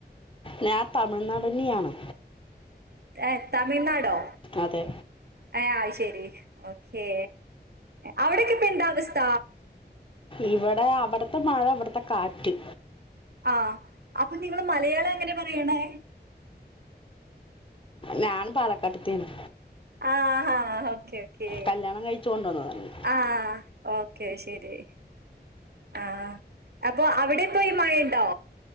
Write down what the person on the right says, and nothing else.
ഏഹ് തമിഴ്നാടോ
ഏ അയ്ശരി ഓക്കെ അവിടെക്കെ ഇപ്പ എന്താ അവസ്ഥ
ആ അപ്പൊ നിങ്ങൾ മലയാളം എങ്ങനെ പറയ്ണേ
ആ ഹ ഓക്കെ- ഓക്കേ
ആഹ് ഓക്കെ ശരി ആ അപ്പൊ അവിടെപ്പോഴ് മഴ ഇണ്ടോ